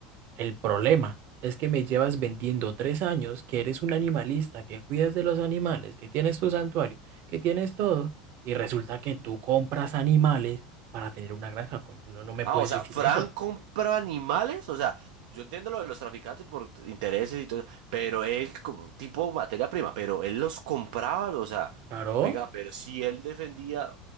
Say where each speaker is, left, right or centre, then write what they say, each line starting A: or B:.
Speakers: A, on the right (about 55°); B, on the right (about 75°).
A: el problema es que me llevas vendiendo tres años, que eres un animalista, que cuidas de los animales, que tienes tu santuario, que tienes todo, y resulta que tú compras animales para tener una granja. coño, No, no me
B: Ah,
A: puedes
B: o sea,
A: decir
B: Fran
A: eso.
B: compra animales, o sea, yo entiendo lo de los traficantes por intereses y todo, pero él, como tipo materia prima, pero él los compraba, o sea,
A: Claro.
B: oiga, pero si él defendía,